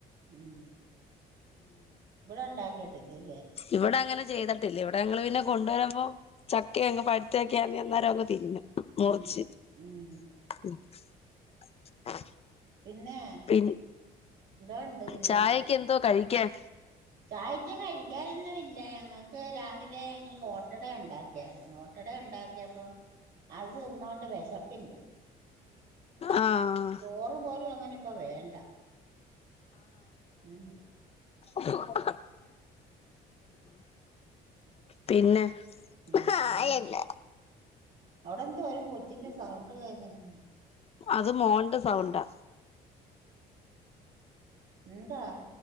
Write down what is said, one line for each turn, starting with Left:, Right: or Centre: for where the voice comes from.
Right: ഉം ഇവിടെ ഉണ്ടാക്കി ഇല്ലേ
Left: ഇവിടെ അങ്ങനെ ചെയ്തിട്ടില്ല ഇവിടെ ഞങ്ങള്ൾ പിന്നെ കൊണ്ടുവരുമ്പോ ചക്കങ് പഴുത്തൊക്കൊന്നര അങ് തിന്നും മുറിച്ചു
Right: ഉം ഉം
Left: <unintelligible>
Right: പിന്നെ
Left: പിൻ
Right: എന്തോ ഉണ്ട് പിന്നെ
Left: ചായൊക്കെ
Right: വിശേ
Left: എന്തോ കഴിക്കാൻ
Right: ചായക്ക് കഴിക്കാനൊന്നും ഇല്ല ഞങ്ങൾ ക്ക് രാവിലെ ഞങ്ങൾ ഓട്ടട ഉണ്ടാക്കി ഒക്കെയായിരുന്നു ഒട്ടട ഉണ്ടാക്ക പ്പം അത് തിന്നോണ്ട് വിശപ്പില്ല
Left: ആഹ്
Right: ചോറ് പോലും അങ്ങനെ ഇപ്പ വേണ്ട ഉ
Left: ആ പിന്നെ
Right: ആഹ ശ
Left: ആളെന്ന്
Right: അവിടെ എന്തോ ഒരു കൊച്ചിന്റെ സൗണ്ട് കേക്കുന്ന
Left: അത് മോന്റെ സൗണ്ടാ
Right: ഉന്താ